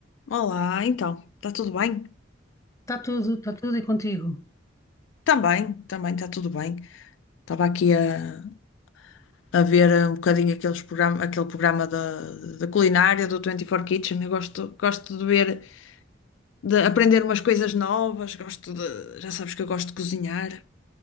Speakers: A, on the left; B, on the left.
A: Olá, então, está tudo bem?
B: Está tudo, está tudo e contigo.
A: Também, também está tudo bem. Estava aqui a, a ver eh, um bocadinho aqueles programa, aquele programa da, da culinária do 24 Kitchen. Eu gosto, gosto de ver, de aprender umas coisas novas, gosto de, já sabes que eu gosto de cozinhar.